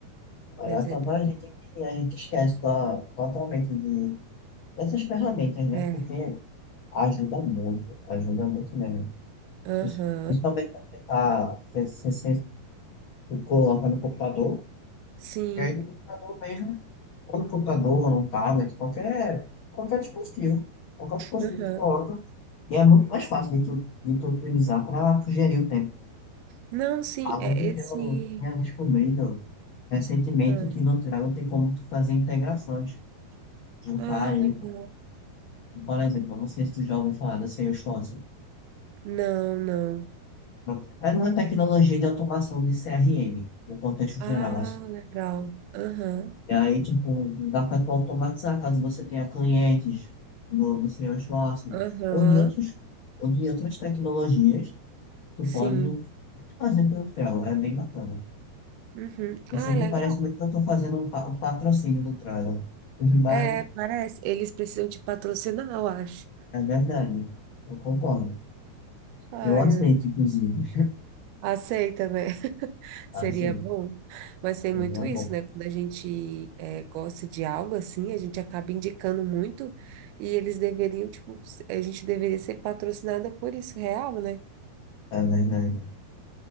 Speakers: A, on the left; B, on the right.
A: Aí
B: Mas
A: acaba
B: é bem.
A: a gente que a gente esquece to- totalmente de, dessas ferramentas, né?
B: É.
A: Porque ajuda muito, ajuda muito mesmo.
B: Aham,
A: Pris- Principalmente quando você tá, você, você, você coloca no computador,
B: sim.
A: e aí no computador mesmo, ou no computador, ou no tablet, qualquer, qualquer dispositivo. Qualquer dispositivo
B: Aham.
A: que tu coloca. E é muito mais fácil de tu, de tu utilizar para tu gerir o tempo.
B: Não, sim,
A: Além
B: é
A: de que
B: esse.
A: eu tinha descobrido recentemente
B: Ah,
A: que no Trello tem como tu fazer integrações, juntar
B: ah,
A: ele
B: legal.
A: com, por exemplo, eu não sei se tu já ouviu falar da Salesforce.
B: Não, não.
A: Pronto. É uma tecnologia de automação de CRM, no contexto
B: Ah,
A: geral, assim.
B: legal. Aham,
A: E aí, tipo, dá para tu automatizar caso você tenha clientes no, no Salesforce
B: aham,
A: ou de outros, ou de outras tecnologias, tu
B: sim.
A: pode fazer pelo Trello, é bem bacana.
B: Uhum.
A: Eu
B: Ah,
A: sei que
B: legal.
A: parece muito que eu estou fazendo um, pa- um patrocínio do Trello, <laughs> mas
B: É, parece. Eles precisam te patrocinar, eu acho.
A: é verdade, eu concordo.
B: Ai,
A: Eu aceito,
B: eu-
A: inclusive.
B: aceita, né? <laughs>
A: tá?
B: Seria
A: assim
B: bom. Mas tem
A: então
B: muito
A: é
B: isso,
A: bom.
B: né? Quando a gente é, gosta de algo assim, a gente acaba indicando muito e eles deveriam, tipo, a gente deveria ser patrocinada por isso, real, né?
A: É verdade.